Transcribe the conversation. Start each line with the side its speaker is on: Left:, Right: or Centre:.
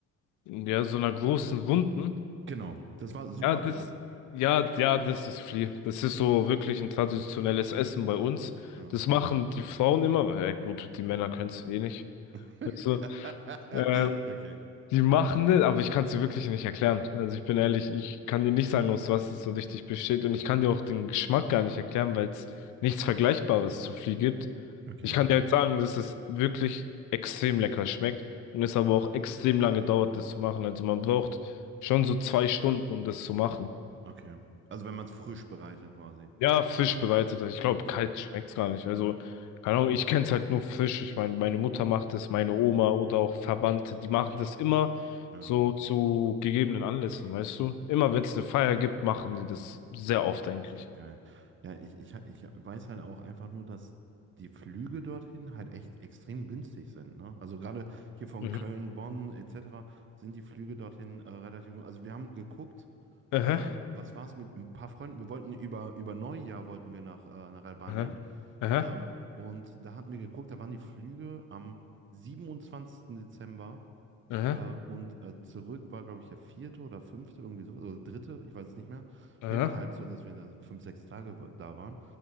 Left: ja, so einer großen Wunden.
Right: Genau, das war super
Left: Ja, das,
Right: groß.
Left: ja, ja, das ist Fli. Das ist so wirklich ein traditionelles Essen bei uns.
Right: Ja.
Left: Das machen die Frauen immer, weil, ja, gut, die Männer können es eh nicht.
Right: <laughs>
Left: Weißt du? Ähm,
Right: Okay.
Left: Die machen das, aber ich kann es dir wirklich nicht erklären. Also ich bin ehrlich, ich kann dir nicht sagen, aus was es so richtig besteht. Und ich kann dir auch den Geschmack gar nicht erklären, weil es nichts Vergleichbares zu Flieh gibt.
Right: Okay,
Left: Ich kann dir halt sagen, dass es wirklich extrem lecker schmeckt und es aber auch extrem lange dauert, das zu machen. Also man braucht schon so zwei Stunden, um das zu machen.
Right: okay. Also wenn man es frisch bereitet quasi.
Left: Ja, Fisch bereiteter. Ich glaube,
Right: Ah, Okay.
Left: kalt schmeckt's gar nicht. Also, keine Ahnung, ich kenn's halt nur Fisch. Ich meine, meine Mutter macht es, meine Oma oder auch Verwandte, die machen das immer
Right: Ja.
Left: so zu gegebenen Anlässen, weißt du? Immer wenn's eine Feier gibt, machen die das sehr oft eigentlich.
Right: Okay, geil. Ja, ich, ich, ich weiß halt auch einfach nur, dass die Flüge dorthin halt echt extrem günstig sind, ne? Also gerade hier von
Left: Mhm.
Right: Köln, Bonn etc. sind die Flüge dorthin äh, relativ günstig. Also wir haben geguckt,
Left: Aha,
Right: ähm, was war es mit ein paar Freunden, wir wollten über, über Neujahr wollten wir nach, äh, nach Albanien
Left: aha, aha,
Right: ähm, und da hatten wir geguckt, da waren die Flüge am siebenundzwanzigsten Dezember
Left: aha,
Right: äh, und äh, zurück war, glaube ich, der vierte oder fünfte, irgendwie so, oder dritte, ich weiß es nicht mehr.
Left: aha,
Right: Auf jeden Fall halt so, dass wir da fünf, sechs Tage wa- da waren.